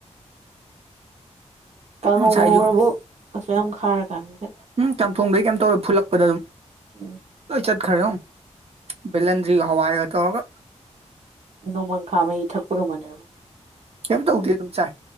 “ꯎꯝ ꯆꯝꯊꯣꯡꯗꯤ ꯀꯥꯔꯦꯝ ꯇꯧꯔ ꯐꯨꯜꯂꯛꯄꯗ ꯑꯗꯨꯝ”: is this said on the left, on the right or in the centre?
Right